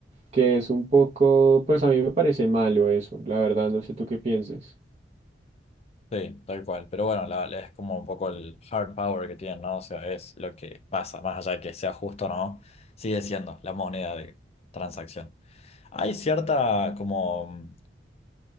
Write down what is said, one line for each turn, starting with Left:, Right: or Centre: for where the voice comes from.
Right: que es un poco, pues a mí me parece malo eso, la verdad, no sé tú qué pienses.
Left: Sí, tal cual, pero bueno, la- es como un poco el hard power que tienen, ¿no? O sea, es lo que pasa, más allá de que sea justo o no, sigue siendo la moneda de transacción. Hay cierta como